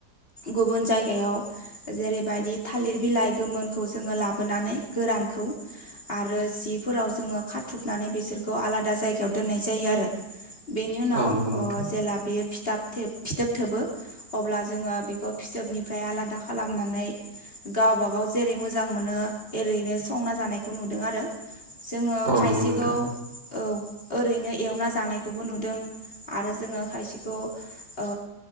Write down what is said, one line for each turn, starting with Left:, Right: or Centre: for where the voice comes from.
Left: गुबुन जायगायाव जेरैबायदि थालिर बिलाइ गोमोनखौ जोङो लाबोनानै गोरानखौ आरो जिफोराव जोङो खाथुबनानै बिसोरखौ आलादा जायगायाव दोननाय जायो आरो। बेनि उनाव
Right: औ नंगौ नोंथां
Left: ओ जेला बेयो फि -थाब फिथोब थोबो अब्ला जोङो बेखौ फिथोबनिफ्राय आलादा खालामनानै गावबा-गाव जेरै मोजां मोनो एरैनो संना जानायखौ नुदों आरो। जोङो
Right: औ
Left: खायसेखौ
Right: नंगौ नोंथां
Left: औ ओरैनो एवना जानायखौबो नुदों आरो जोङो खायसेखौ ओ